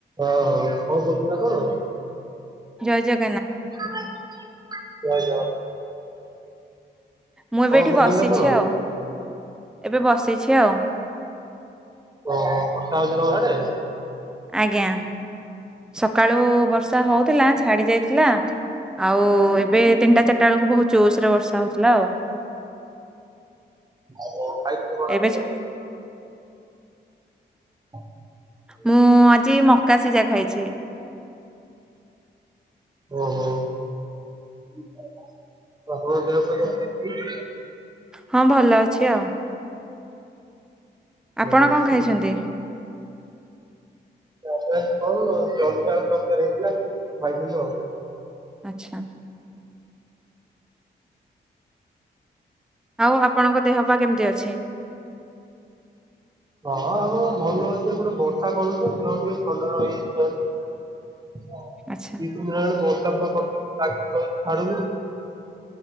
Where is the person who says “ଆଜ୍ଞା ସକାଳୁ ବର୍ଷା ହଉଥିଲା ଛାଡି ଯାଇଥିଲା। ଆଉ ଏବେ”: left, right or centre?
Centre